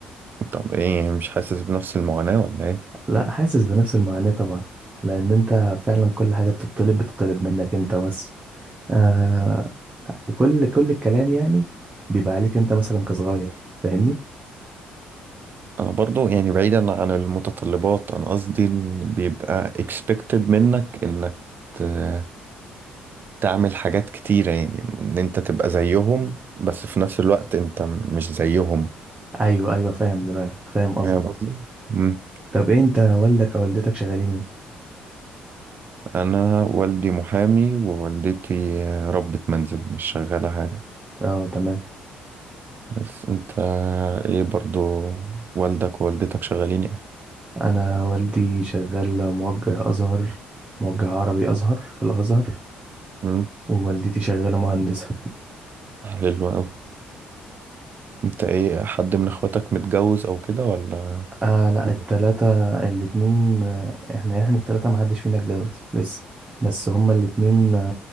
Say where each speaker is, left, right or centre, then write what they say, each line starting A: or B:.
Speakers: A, on the right; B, on the right.
A: طب ايه مش حاسس بنفس المعاناة ولا ايه
B: لا حاسس بنفس المعاناة طبعا لأن أنت فعلا كل حاجة بتطلب بتطلب منك أنت بس آه وكل كل الكلام يعني بيبقى عليك أنت مثلا كصغير فاهمني؟
A: انا برضو يعني بعيدا عن المتطلبات انا قصدي إن بيبقى expected منك انك ت- تعمل حاجات كتيرة يعني ان انت تبقى زيهم بس في نفس الوقت انت مش زيهم
B: أيوه أيوه فاهم دماغك فاهم قصدك
A: فاهم قصدي مم.
B: طب إيه أنت والدك أو والدتك شغالين إيه؟
A: انا والدي محامي ووالدتي ربة منزل مش شغالة حاجة
B: أه تمام
A: بس انت ايه برضو والدك ووالدتك شغالين ايه
B: أنا والدي شغال موجه أزهر موجه عربي أزهر في الأزهر
A: مم.
B: ووالدتي شغالة مهندسة
A: حلو أوي انت ايه حد من اخواتك متجوز او كده ولا
B: آه لا
A: كله
B: التلاتة الاتنين آه، إحنا إحنا التلاتة محدش فينا اتجوز لسه بس هما الاتنين